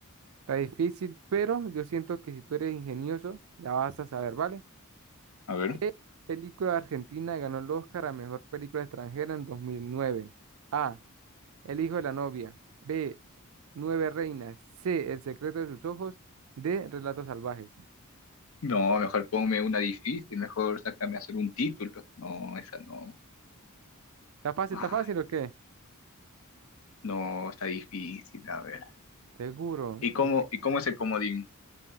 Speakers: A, on the right; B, on the left.
A: Está difícil, pero yo siento que si tú eres ingenioso, la vas a saber, ¿vale?
B: A ver.
A: ¿Qué película argentina ganó el Oscar a mejor película extranjera en 2009? A. El hijo de la novia. B. Nueve reinas. C. El secreto de sus ojos. D. Relatos salvajes.
B: No, mejor ponme una difícil. Mejor sácame a hacer un título. No, esa no.
A: ¿Está fácil,
B: Ay,
A: está fácil o qué?
B: no, está difícil. A ver.
A: Seguro.
B: ¿Y cómo,
A: Es que...
B: y cómo es el comodín?